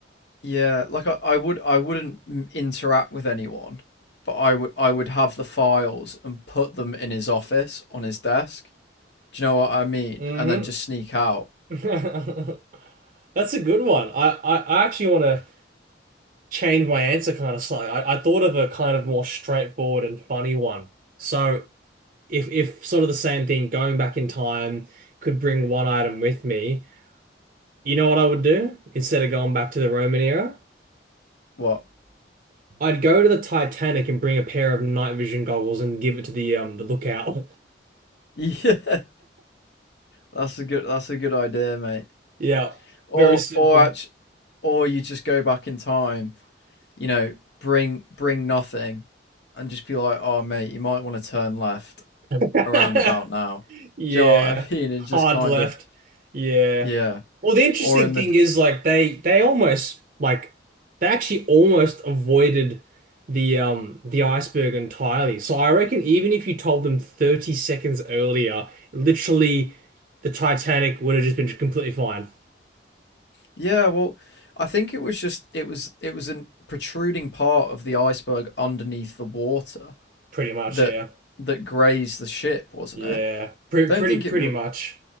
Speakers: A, on the left; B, on the right.
A: Yeah, like I, I would I wouldn't interact with anyone, but I would I would have the files and put them in his office on his desk. Do you know what I mean?
B: hmm
A: And then just sneak out.
B: <laughs> That's a good one. I, I, I actually want to change my answer kind of slightly. I, I thought of a kind of more straightforward and funny one. So if if sort of the same thing, going back in time could bring one item with me, you know what I would do instead of going back to the Roman era?
A: What? <laughs>
B: I'd go to the Titanic and bring a pair of night vision goggles and give it to the um the lookout. <laughs>
A: Yeah, that's a good that's a good idea, mate.
B: Yeah,
A: or
B: very simple.
A: or actually, or you just go back in time, you know, bring bring nothing, and just be like, oh mate, you might want to turn left
B: <laughs>
A: around about now.
B: Yeah,
A: Do you know what I <laughs> mean? It's
B: hard
A: just kind
B: left.
A: of
B: Yeah.
A: yeah,
B: Well, the interesting
A: or in
B: thing
A: the
B: is like they they almost like they actually almost avoided the um the iceberg entirely. So I reckon even if you told them 30 seconds earlier, literally the Titanic would have just been completely fine.
A: yeah. Well, I think it was just it was it was a protruding part of the iceberg underneath the water
B: Pretty much,
A: that
B: yeah.
A: that grazed the ship, wasn't
B: Yeah.
A: it?
B: Pretty
A: Don't
B: pretty
A: think
B: pretty
A: it. r-
B: much.